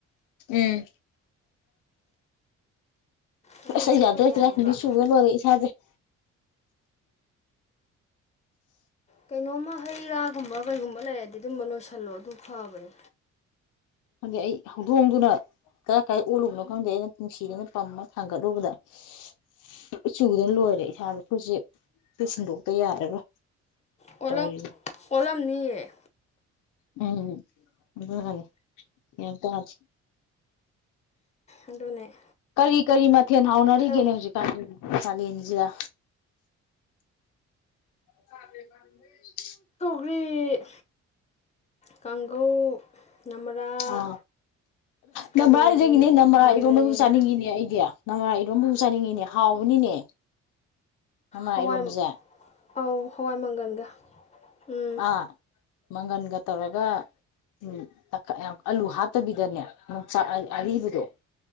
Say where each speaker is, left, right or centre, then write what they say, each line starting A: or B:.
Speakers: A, on the left (about 85°); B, on the left (about 20°).
A: ꯎꯝ
B: ꯑꯗꯨꯅ
A: ꯑꯁ
B: ꯆꯠꯄ
A: ꯑꯩ ꯌꯥꯗ꯭ꯔꯦꯁꯤꯔꯅꯤ
B: ꯌꯥꯏꯑꯕ
A: ꯁꯨꯕ ꯂꯣꯏꯔꯦ ꯏꯁꯥꯁꯦ <inaudible>
B: ꯀꯩꯅꯣꯝꯃ ꯍꯩ ꯔꯥ ꯨꯒꯨꯝꯕ ꯀꯩꯒꯨꯝꯕ ꯂꯩꯔꯗꯤ ꯑꯗꯨꯝꯕ ꯅꫭꯏꯁꯤꯜꯂꯣ ꯑꯗꯨ ꯐꯕꯅꯦ
A: ꯈꯪꯗꯦ ꯑꯩ ꯍꯧꯗꯣꯡꯗꯨꯅ ꯀꯔꯥꯏ ꯀꯔꯥꯏ ꯑꯣꯜꯂꯨꯕꯅꯣ ꯈꯪꯗꯦ ꯑꯩꯅ ꯅꯨꯡꯁꯤꯗꯅ ꯄꯝꯃ ꯊꯥꯡꯒꯠꯂꯨꯕꯗ <unintelligible> ꯆꯨꯗꯅ ꯂꯣꯏꯔꯦ ꯏꯁꯥꯗ ꯐꯨꯔꯤꯠꯁꯦ ꯐꯨꯔꯤꯠ ꯁꯤꯟꯗꯣꯛꯇ ꯌꯥꯔꯔꫭꯏ
B: ꯑꯣꯜꯂꯝ
A: ꯇꯧꯔꯤꯖꯦ
B: ꯑꯣꯜꯂꯝꯅꯤꯌꯦ
A: ꯎꯝ <unintelligible>
B: ꯑꯗꯨꯅꯦ
A: ꯀꯔꯤ ꯀꯔꯤ ꯃꯠ ꯊꯦꯟ ꯍꯥꯎꯅꯔꯤꯒꯦꯅꯦ
B: ꯈꯔ
A: ꯍꯧꯖꯤꯛꯀꯥꯟꯖꯤ ꯆꯅꯦꯟꯖꯤꯥ <unintelligible>
B: ꯔꯤ ꯀꯥꯡꯒꯧ ꯅꯃꯔꯥ
A: ꯑ
B: ꯀꯥꯂꯦꯟꯒꯤ
A: ꯅꯝꯕꯥꯔ ꯍꯥꯏꯔꯥ ꯅꯤꯡꯖꯡ ꯉꯤꯅꯦ ꯅꯝꯕꯥꯔ
B: ꯌꯥꯝ
A: ꯏꯔꯣꯝꯕꯕꯨ
B: ꯂꯩꯔꯦꯅ
A: ꯆꯥꯅꯤꯡꯉꯤꯅꯦ ꯑꯩꯗꯤ ꯅꯃꯝꯕꯥꯔ ꯏꯔꫭꯝꯕꯕꯨ ꯆꯥꯅꯤꯡꯉꯤꯅꯦ ꯍꯥꯎꯕꯅꯤꯅꯦ ꯅꯃꯔꯥ
B: ꯍꯋꯥꯏ
A: ꯏꯔꯣꯝꯕꯁꯦ
B: ꯑꯥꯎ ꯍꯋꯥꯏ ꯃꯪꯒꯜꯒ ꯎꯝ
A: ꯑꯥ ꯃꯪꯒꯟꯒ ꯇꯧꯔꯒ <unintelligible> ꯇꯈꯠ ꯌꯥꯝ ꯑꯂꯨ ꯍꯥꯞꯇꯕꯤꯗꯅꯦ ꯌꯣꯡꯆꯥꯛ ꯑ ꯑꯔꯤꯕꯗꯣ